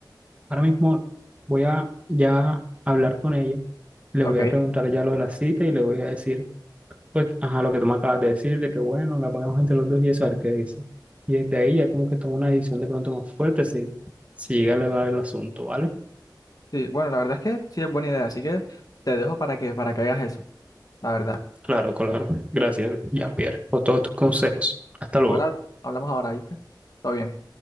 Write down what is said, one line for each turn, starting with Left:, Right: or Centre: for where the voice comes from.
Right: Ahora mismo voy a ya hablar con ella, le
Left: Ok.
Right: voy a preguntar ya lo de la cita y le voy a decir, pues, ajá, lo que tú me acabas de decir, de que bueno, la pagamos entre los dos y eso, a ver qué dice. Y desde ahí ya como que tomo una decisión de pronto más fuerte si, si llega a elevar el asunto, ¿vale?
Left: Sí, bueno, la verdad es que sí es buena idea, así que te dejo para que, para que hagas eso. la verdad.
Right: Claro, claro. Gracias, Jean-Pierre, por todos tus consejos. Hasta
Left: Igual
Right: luego.
Left: hab- hablamos ahora, ¿viste? Todo bien.